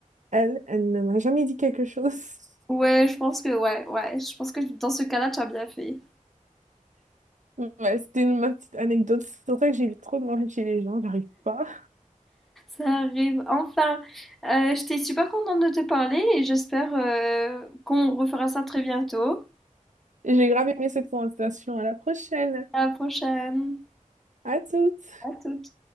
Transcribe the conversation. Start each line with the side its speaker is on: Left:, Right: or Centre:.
Right: elle, elle ne m'a jamais dit quelque chose. <laughs>
Centre: Ouais, je pense que, ouais, ouais. Je pense que dans ce cas-là, tu as bien fait.
Right: Ouais, c'était une- ma petite anecdote. C'est vrai que j'ai eu trop de manger chez les gens, j'arrive pas.
Centre: Ça arrive. Enfin, euh, j'étais super contente de te parler et j'espère euh, qu'on refera ça très bientôt.
Right: J'ai grave aimé cette conversation. À la prochaine.
Centre: À la prochaine.
Right: À toutes.
Centre: À toutes.